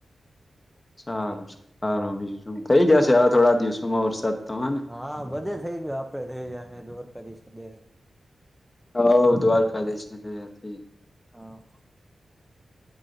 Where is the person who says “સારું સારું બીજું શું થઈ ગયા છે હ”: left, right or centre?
Left